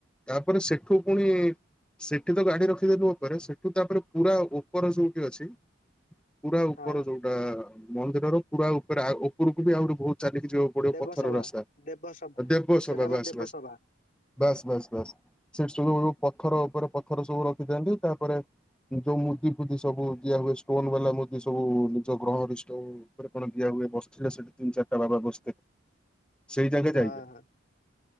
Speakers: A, in the centre; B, on the left.
A: ତାପରେ ସେଠୁ ପୁଣି ସେଠି ତ ଗାଡି ରଖିଦେଲୁ ଉପରେ, ସେଠୁ ତାପରେ ପୁରା ଉପର ଯୋଉଠି ଅଛି? ପୁରା ଉପର,
B: ହଁ
A: ଯୋଉଟା ମନ୍ଦିରର ପୁରା ଉପରେ, ଉପରକୁ ବି ଆହୁରି ବହୁତ ଚାଲିକି ଯୋଉ ଗୋଟେ
B: ଦେବସଭା
A: ପଥର ରାସ୍ତା,
B: ଦେବସଭା
A: ଦେବ ସଭାବେ
B: ସେଟା ହେଲା
A: ଆସ
B: ଦେବସଭା
A: ବାସ୍ ବାସ୍ ବାସ୍, ସେଠ ସବୁ ଯୋ ପଥର ଉପରେ ପଥର ସବୁ ରଖିଥାନ୍ତି, ତାପରେ ଯଉ ମୁଦି ଫୁଦି ସବୁ ଦିଆ ହୁଏ, ଷ୍ଟୋନ ବାଲା ମୁଦି ସବୁ, ନିଜ ଗ୍ରହ ରିଷ୍ଟ ହ ଉପରେ କଣ ଦିଆ ହୁଏ, ବସିଥିଲେ ସେଠି ତିନି ଚାରିଟା ବାବା ବସିଥିଲେେ, ସେଇ ଜାଗା
B: ହଁ
A: ଯାଇ
B: ହଁ